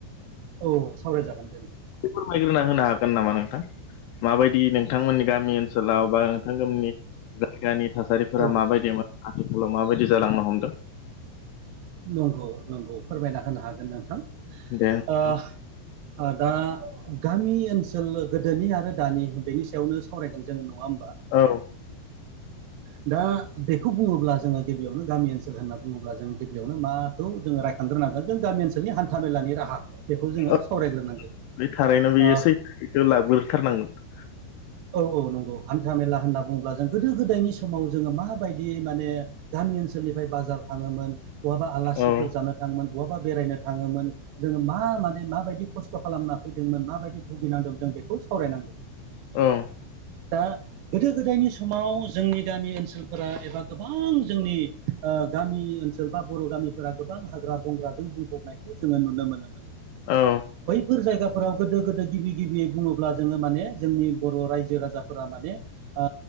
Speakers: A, on the right (about 80°); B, on the left (about 80°).
A: औ सावरायजागोन दे <unintelligible>
B: <unintelligible> फोरमायग्रोना होनो हागोन नामा नोंथां माबायदि नोंथांमोननि गामि ओनसोलाव बा नोंथांमोननि जायगानि था थासारिफोरा
A: औ
B: माबायदिमोन आथिखालाव माबायदि जालांनो हमदों
A: नंगौ नंगौ फोरमायना होनो हागोन नोंथां
B: दे नोंथां
A: ओ ओ दा गामि ओनसोल गोदोनि आरो दानि बेनि सायावनो सावरायगोन जों नङा होमबा
B: औ
A: <unintelligible> दा बेखौ बुङोब्ला जोङो गिबियावनो गामि ओनसोल होनना बुङोब्ला जों गिबियावनो माखौ जोङो रायखांग्रोनांगोन जों गामि ओनसोलनि हान्था मेलानि राहा बेखौ जोङो
B: औ
A: सावरायग्रोनांगोन
B: बे थारैनो बेयो
A: ओ
B: सैथै बेखौ लाबोग्रोथारनांगोन
A: औ औ नंगौ हान्था मेला होनना बुङोब्ला जों गोदो गोदायनि समाव जोङो माबायदि माने गामि ओनसोलनिफ्राय बाजार थाङोमोन बहाबा आलासिफोर
B: औ
A: जानो थाङोमोन बहाबा बेरायनो थाङोमोन जोङो मा माने माबायदि खस्थ खस्थ' खालामना फैदोंमोन माबायदि भुगिनांदों जों बेखौ सावरायनां
B: औ
A: दा गोदो गोदायनि समाव जोंनि गामि ओनसोलफोरा एबा गोबां जोंनि ओ गामि ओनसोल बा बर' गामिफोरा गोबां हाग्रा बंग्राजों बुंफबनायखौ जोङो नुनो मोनो
B: औ
A: बैफोर जायगाफोराव गोदो गोदो गिबि गिबियै बुङोब्ला जोङो माने जोंनि बर' रायजो राजाफोरा माने ओ